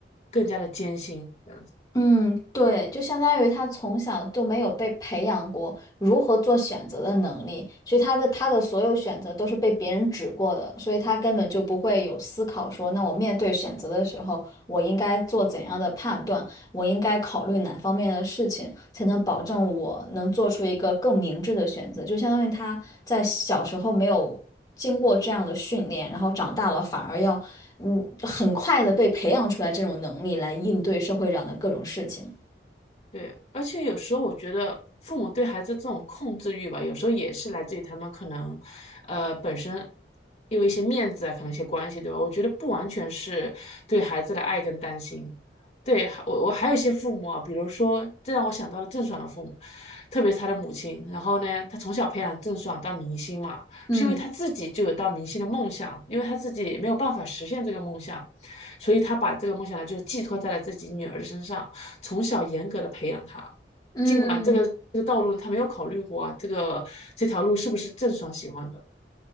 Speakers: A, on the left (about 35°); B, on the left (about 20°).
A: 更加的艰辛，这样子。
B: 嗯，对，就相当于他从小就没有被培养过如何做选择的能力，所以他的他的所有选择都是被别人指过的，所以他根本就不会有思考说，那我面对选择的时候，我应该做怎样的判断，我应该考虑哪方面的事情，才能保证我能做出一个更明智的选择。就相当于他在小时候没有经过这样的训练，然后长大了反而要，嗯，很快的被培养出来这种能力来应对社会上的各种事情。
A: 对，而且有时候我觉得父母对孩子这种控制欲吧，有时候也是来自于他们可能，呃，本身因为一些面子啊，可能一些关系，对吧？我觉得不完全是对孩子的爱跟担心。对，还我我还有一些父母啊，比如说，这让我想到了郑爽的父母，特别是她的母亲。然后呢，她从小培养郑爽当明星嘛，
B: 嗯
A: 是因为她自己就有当明星的梦想，因为她自己没有办法实现这个梦想，所以他把这个梦想呢，就是寄托在了自己女儿身上，从小严格的培养她。
B: 嗯，
A: 尽管这个这个道路他没有考虑过啊，这个这条路是不是郑爽喜欢的？